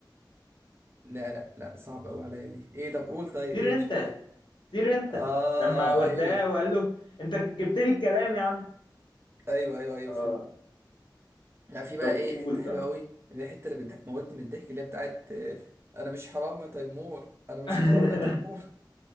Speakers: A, on the right; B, on the left.
A: لا لا لا صعبة قوي عليا دي ايه طب قول طيب
B: طير
A: ايه
B: انت
A: مش عارف
B: طير انت
A: اه
B: لما وداه
A: ايوه
B: وقال له انت جبت لي الكلام يا عم
A: ايوه ايوه ايوه
B: اه
A: فهمت لا في بقى
B: طب
A: ايه
B: قول
A: حتة حلوة
B: طيب
A: قوي اللي هي الحتة اللي بتموتني من الضحك اللي هي بتاعت آه، انا مش حرام يا تيمور انا مش
B: <laughs>
A: حرام يا تيمور